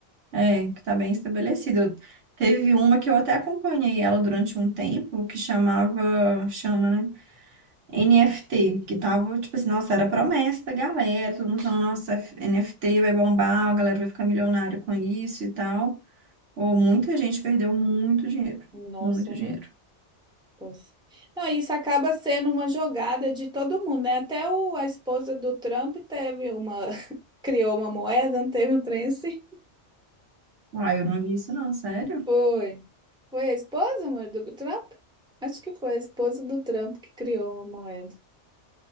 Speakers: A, on the right (about 90°); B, in the centre.
A: É, que está bem estabelecido. Teve uma que eu até acompanhei ela durante um tempo, que chamava, chama, né? NFT, que tava, tipo assim, nossa, era a promessa da galera, todo mundo falando, nossa, NFT vai bombar, a galera vai ficar milionário com isso e tal. Ou muita gente perdeu muito dinheiro,
B: Nossa,
A: muito
B: é
A: dinheiro.
B: mesmo. Pois. Não, isso acaba sendo uma jogada de todo mundo, né? Até o, a esposa do Trump teve uma, <laughs> criou uma moeda, não teve um trem assim.
A: Ah, eu não vi isso não, sério?
B: Foi. Foi a esposa, amor, do Trump? Acho que foi a esposa do Trump que criou uma moeda.